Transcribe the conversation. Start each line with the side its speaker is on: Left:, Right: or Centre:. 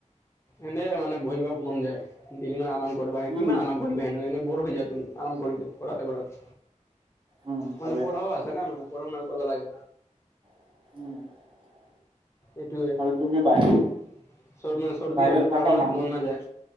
Left: এনে মানে বহিব মন যায়। দেলি মানে আৰাম কৰিবা
Right: উম।
Left: কিমান আৰাম কৰিবা হেনো এনে বৰ হৈ যায় তুমি আৰাম কৰিলে কৰোতে কৰোতে।
Right: উম
Left: মানে
Right: ভালে
Left: পঢ়াও আছে না মানে পঢ়া শুনাও কৰিব লাগে।
Right: <inaudible>
Left: এইটোৱে
Right: আৰু তুমি বাহিৰত
Left: মানে চ মানে চৰ্দি
Right: বাহিৰত
Left: হলে
Right: থাকা
Left: পঢ়া শুনাত
Right: মানুহ
Left: মন নাযায়।